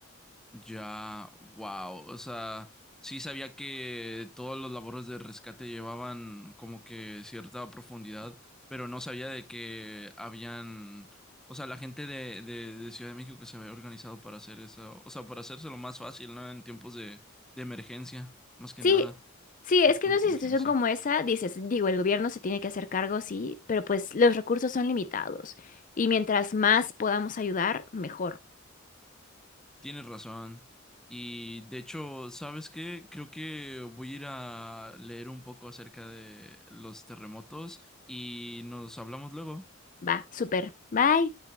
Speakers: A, in the centre; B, on the left.
A: Ya, wow. O sea, sí sabía que todos los labores de rescate llevaban como que cierta profundidad, pero no sabía de que habían, o sea, la gente de, de, de Ciudad de México que se había organizado para hacer eso, o sea, para hacérselo más fácil, ¿no? En tiempos de, de emergencia, más que
B: Sí,
A: nada,
B: sí, es
A: de
B: que
A: contingencia.
B: en una situación como esa, dices, digo, el gobierno se tiene que hacer cargo, sí, pero pues los recursos son limitados. Y mientras más podamos ayudar, mejor.
A: Tienes razón. Y de hecho, ¿sabes qué? Creo que voy a ir a leer un poco acerca de los terremotos y nos hablamos luego.
B: Va, súper. Bye.